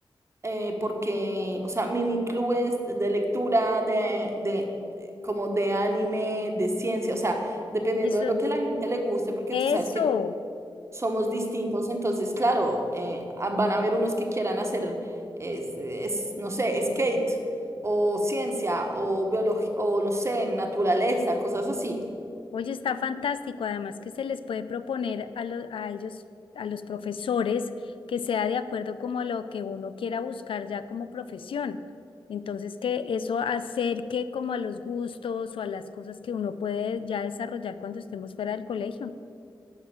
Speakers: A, on the right (about 30°); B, on the left (about 80°).
A: eh, porque, o sea, mini clubes de lectura, de, de, como de anime, de ciencia, o sea, dependiendo
B: Eso,
A: de lo que a la gente le guste, porque
B: eso.
A: tú sabes que somos distintos, entonces, claro, eh, ah, van a haber unos que quieran hacer, es, es, no sé, skate o ciencia o biología o, no sé, naturaleza, cosas así.
B: Oye, está fantástico. Además que se les puede proponer a, lo- a ellos, a los profesores, que sea de acuerdo como a lo que uno quiera buscar ya como profesión. Entonces, que eso acerque como a los gustos o a las cosas que uno puede ya desarrollar cuando estemos fuera del colegio.